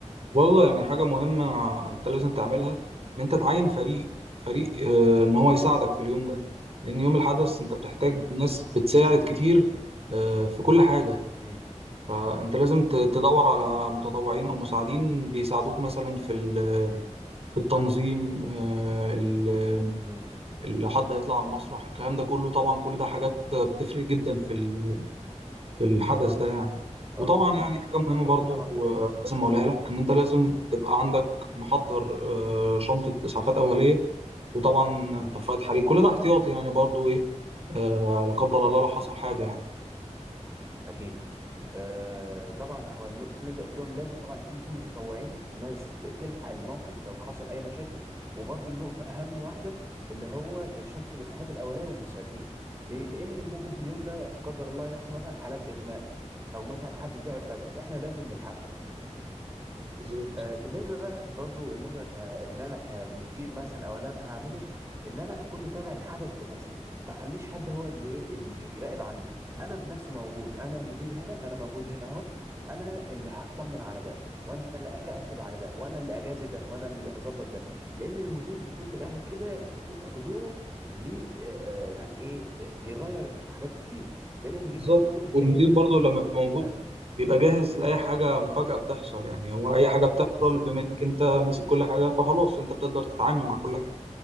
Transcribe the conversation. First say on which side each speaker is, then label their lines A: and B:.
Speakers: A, on the right; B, on the right.
A: وبرضه يعني حاجة مهمة أنت لازم تعملها إن أنت تعين فريق فريق آه، إن هو يساعدك في اليوم ده لأن يوم الحدث أنت بتحتاج
B: امم
A: ناس بتساعد كتير آه، في كل حاجة
B: امم
A: فأنت لازم ت-
B: امم
A: تدور على متطوعين أو مساعدين بيساعدوك مثلا في ال-
B: امم
A: في التنظيم آه، ال-
B: أمم.
A: لو حد هيطلع على المسرح الكلام ده كله طبعا كل ده حاجات بتفرق جدا في ال- في الحدث ده يعني وطبعا
B: اه اكيد
A: يعني حاجة مهمة
B: اكيد
A: برضو
B: طبعا فريق
A: آه، لازم أقولها لك إن
B: امم
A: أنت لازم تبقى عندك محضر آه، شنطة إسعافات أولية وطبعا
B: امم
A: طفاية حريق كل ده احتياطي يعني برضو إيه آه، لا قدر الله
B: امم
A: لو حصل حاجة يعني
B: اكيد آه طبعا هو النقطه اللي انت قلتهم لازم طبعا يكون في متطوعين ناس ت- تلحق الموقف لو حصل اي مشاكل وبرضو النقطه اهم واحده اللي هو شنطه الاسعافات الاوليه والمسعفين ليه لان ممكن في اليوم ده لا قدر الله يحصل مثلا حالات اغماء او مثلا حد تعب فجاه فاحنا لازم نلحقه
A: بالظبط
B: آه، بالنسبه بقى برضو النقطه ك... اللي انا كمدير مثلا او اللي انا هعمله ان انا اكون متابع الحدث بنفسي ما اخليش حد هو اللي ايه اللي بيراقب عني انا بنفسي موجود انا المدير هنا انا موجود هنا اهو انا اللي هطمن على ده وانا اللي اكأكد على ده وانا اللي اجازي ده وانا اللي اظبط ده لان المدير بيكون من الاخر كده حضوره ليه آه، آه، يعني ايه آه، بيغير حاجات كتير لان المدير
A: بالظبط
B: مش موجود هتلاقي
A: والمدير
B: يبدأ
A: برضو
B: بقى الناس
A: لما
B: تبدأ
A: بيبقى موجود
B: تستهبل
A: بيبقى جاهز لأي حاجة مفاجأة بتحصل يعني هو أي حاجة بتحصل
B: بالظبط
A: بما إنك أنت ماسك
B: مم.
A: كل حاجة فخلاص أنت بتقدر تتعامل مع
B: بالظبط
A: كل حاجة